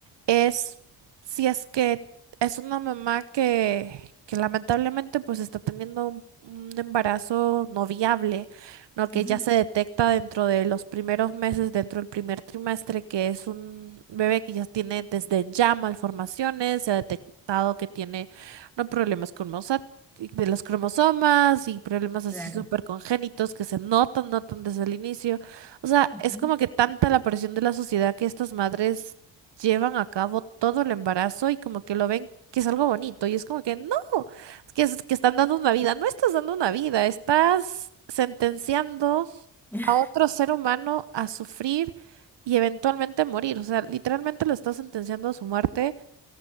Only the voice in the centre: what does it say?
Ujú,
Claro.
ujú.
<laughs>